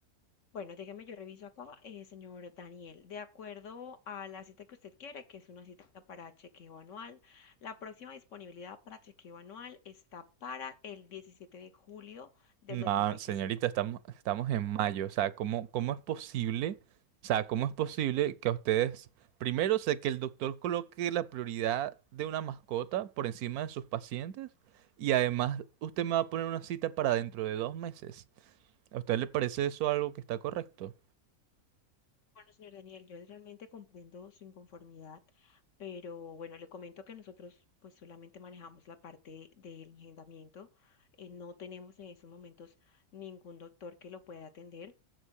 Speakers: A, on the left (about 55°); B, on the right (about 75°).
A: Bueno, déjeme, yo reviso acá, eh, señor Daniel. De acuerdo a la cita que usted quiere, que es una cita para chequeo anual, la próxima disponibilidad para chequeo anual está para el 17 de julio del
B: No,
A: 2025.
B: señorita, estamos, estamos en mayo. O sea, ¿cómo, cómo es posible? O sea, ¿cómo es posible que a ustedes, primero, sé que el doctor coloque la prioridad de una mascota por encima de sus pacientes y además usted me va a poner una cita para dentro de dos meses? ¿A usted le parece eso algo que está correcto?
A: Bueno, señor Daniel, yo realmente comprendo su inconformidad, pero bueno, le comento que nosotros pues solamente manejamos la parte del agendamiento. eh, no tenemos en estos momentos ningún doctor que lo pueda atender